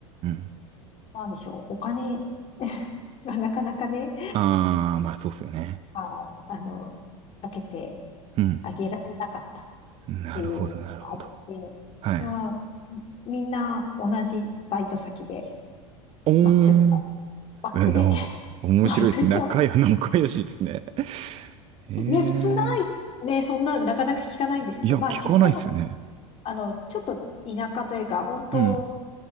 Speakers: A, on the right; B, on the left.
A: ん。
B: なんでしょう、お金 <laughs> がなかなかね、
A: ああ、まあそうっすよね。
B: はい、あの、かけて
A: うん。
B: あげられなかった。
A: なるほど、
B: ていうあるので、
A: なるほど。はい。
B: いや、みんな同じバイト先で、
A: おーん。
B: マックで、<laughs> マックで、
A: あの、
B: <laughs>
A: 面白いです。
B: バイトしてます。
A: 仲良、<laughs> 仲良しですね。へえ。
B: ね、普通ない、ね、そんな、なかなか聞かないんですけど、
A: いや、
B: まあ、
A: 聞かないっすね。
B: 地方、あの、ちょっと田舎というか、本当、
A: うん。